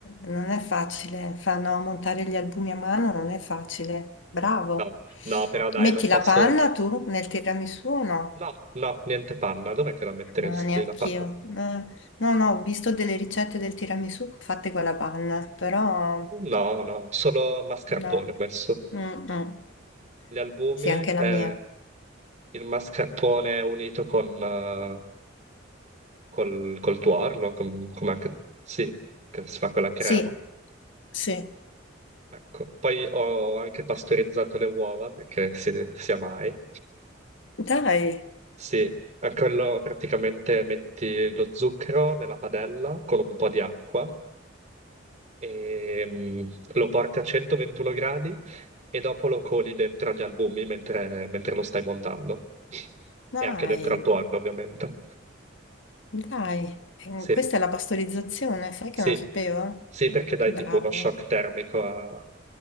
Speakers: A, on the left; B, on the right.
A: Non è facile, fanno montare gli albumi a mano, non è facile. Bravo.
B: No, no, però dai,
A: Metti
B: non posso...
A: la panna tu nel tiramisù o no?
B: No, no, niente panna. Dov'è che la metteresti
A: No, neanch'io.
B: la panna?
A: Eh, no, no, ho visto delle ricette del tiramisù fatte con la panna, però
B: No, no, solo mascarpone
A: no.
B: ho messo.
A: Mm, mm.
B: Gli albumi,
A: Sì, anche
B: eh,
A: la mia.
B: il mascarpone unito con, eh, col, col tuorlo, com- come anche... Sì, che si fa con la crema.
A: Sì, sì.
B: Ecco. Poi ho anche pastorizzato le uova, perché si, sia mai.
A: Dai,
B: Sì, a quello praticamente metti lo zucchero nella padella con un po' di acqua e mm, lo porti a 121 gradi e dopo lo coli dentro agli albumi mentre, mentre lo stai montando. <laughs>
A: dai,
B: E anche dentro al tuo forno, ovviamente.
A: dai. Eh,
B: Sì,
A: Questa è la pastorizzazione, sai
B: sì,
A: che non lo sapevo?
B: sì,
A: Eh,
B: perché dai
A: che bravo.
B: tipo uno shock termico a-